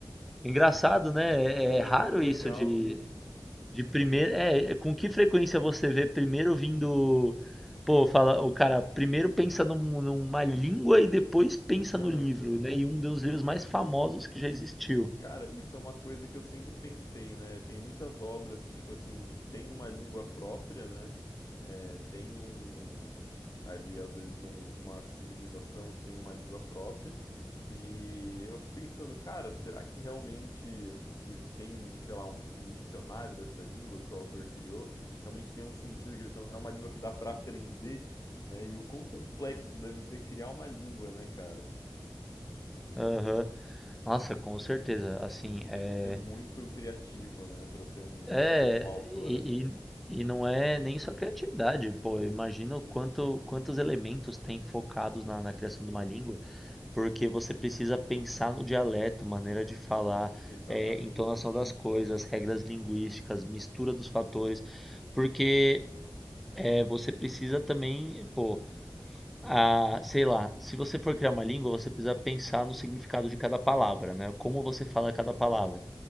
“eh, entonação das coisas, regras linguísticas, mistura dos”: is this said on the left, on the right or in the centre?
Centre